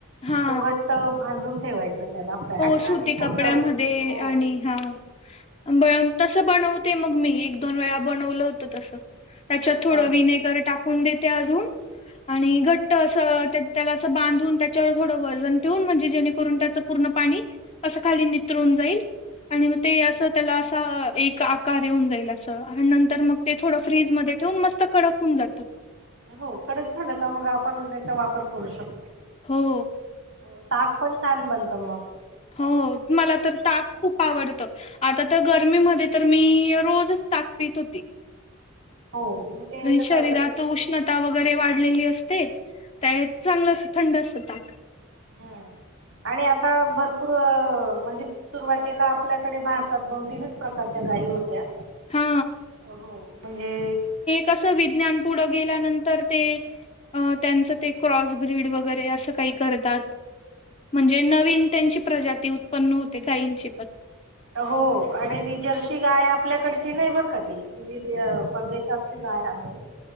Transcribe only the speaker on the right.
तो घट बांधून ठेवायचं त्याला पॅक
आणि सगळं
हो.
हो
पण
हो कडक झालं का मग आपण त्याचा वापर करू शकतो.
हो ताक पण छान बनत म.
हो मग ते कसं
हम्म, आणि आता भरपूर अ म्हणजे सुरुवातीला आपल्याकडे भारतात दोन तीनच प्रकारच्या गायी होत्या.
हो म्हणजे
हो आणि ती जर्शी गाय आपल्याकडची नायबर का ती. विधेय परदेशातली गाय आहे.